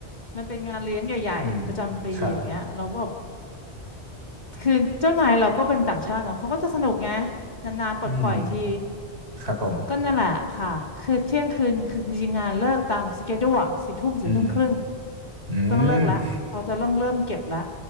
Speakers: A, on the left (about 40°); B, on the right (about 65°).
A: มันเป็นงานเลี้ยงใหญ่ๆประจำปีอย่างเงี้ยเราก็แบบ
B: อืมครับ
A: คือเจ้านายเราก็เป็นต่างชาติเนาะเขาก็จะสนุกไงนานๆปลดปล่อยที
B: อืมครับผม
A: ก็นั่นแหละค่ะคือเที่ยงคืนคือจริงๆงานเลิกตามสเกดูอะสี่ทุ่มสี่ทุ่มครึ่ง
B: อืมอืม
A: ต้องเลิกละเขาจะต้องเริ่มเก็บละ